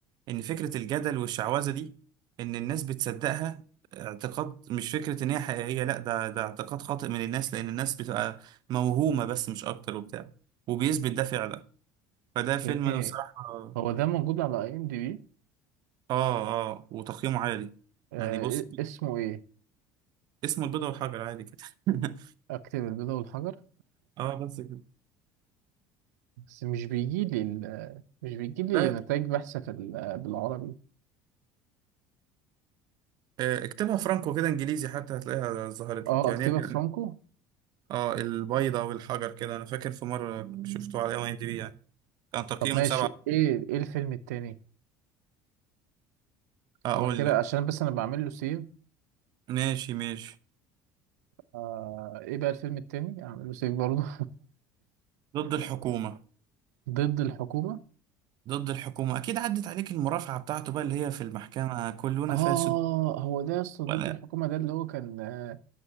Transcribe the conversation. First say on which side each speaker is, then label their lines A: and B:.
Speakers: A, on the right (about 55°); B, on the right (about 90°).
A: إن فكرة الجدل والشعوذة دي إن الناس بتصدقها اعتقاد مش فكرة إن هي حقيقية لا ده ده اعتقاد خاطئ من الناس لأن الناس بتبقى موهومة بس مش أكتر وبتاع وبيثبت ده فعلا فده فيلم
B: ايه
A: أنا بصراحة آه
B: هو ده موجود على اي ام دي بي
A: آه وتقييمه عالي
B: آه
A: يعني بص
B: إيه، اسمه ايه
A: اسمه البيضة والحجر عادي كده <laughs>
B: اكتب البيضة والحجر
A: اه بس كده
B: بس مش بيجي لي ال... مش بيجي لي
A: لا
B: نتائج بحث في ال- بالعربي
A: آه، اكتبها فرانكو كده انجليزي حتى هتلاقيها ظهرت
B: اه
A: لك يعني
B: اكتبها
A: هي كان-
B: فرانكو
A: اه البيضة والحجر كده انا فاكر في مرة شفته على ام اي دي بي يعني كان تقييمه
B: طب ماشي
A: سبعة
B: ايه ايه الفيلم التاني
A: اقول
B: انا كده
A: لك
B: عشان بس انا بعمل له سيف
A: ماشي ماشي
B: آه ايه بقى الفيلم التاني اعمل له سيف برضه
A: ضد الحكومة
B: <laughs> ضد الحكومة
A: ضد الحكومة اكيد عدت عليك المرافعة بتاعته بقى اللي هي في المحكمة كلنا
B: اه
A: فاسد
B: هو ده يا اسطى ضد
A: ولا
B: الحكومة ده اللي هو كان آه